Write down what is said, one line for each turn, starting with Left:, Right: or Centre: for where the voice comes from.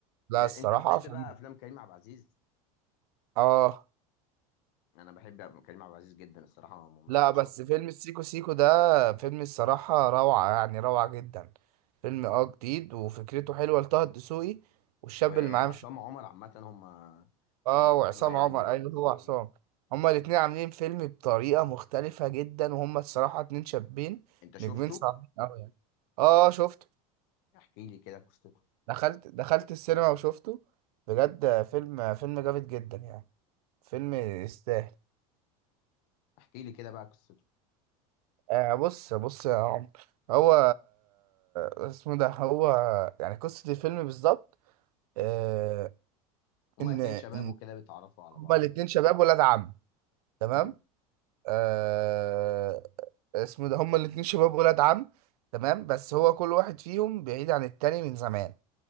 Right: لا
Left: آه،
Right: الصراحة
Left: انت بتحب
Right: فيلم
Left: بقى افلام كريم عبد العزيز
Right: اه
Left: انا بحب أب- كريم عبد العزيز جدا الصراحه هو ممثل
Right: لا بس
Left: شاطر
Right: فيلم
Left: يعني
Right: سيكو سيكو ده فيلم الصراحة روعة يعني روعة جدا فيلم اه جديد وفكرته حلوة لطه دسوقي والشاب
Left: وعصام
Right: اللي معاه مش
Left: عمر عامه هم شباب
Right: اه وعصام
Left: حلوه يعني
Right: عمر
Left: ولسه
Right: ايوه هو عصام
Left: جديده
Right: هما الاتنين عاملين فيلم بطريقة مختلفة جدا وهما الصراحة اتنين شابين
Left: انت شفته
Right: نجمين صعبين اوي يعني اه شفته
Left: احكي لي كده قصته
Right: دخلت دخلت السينما وشفته بجد فيلم فيلم جامد جدا يعني فيلم يستاهل
Left: احكي لي كده بقى قصته
Right: آه بص بص يا عمر هو اسمه ده هو يعني قصة الفيلم بالظبط آه
Left: هما
Right: إن
Left: اتنين
Right: إن
Left: شباب وكده بيتعرفوا على
Right: هما
Left: بعض
Right: الاتنين
Left: تقريبا
Right: شباب ولاد عم تمام
Left: امم
Right: آه اسمه ده هما الاتنين شباب ولاد عم تمام بس هو كل واحد فيهم بعيد عن التاني من زمان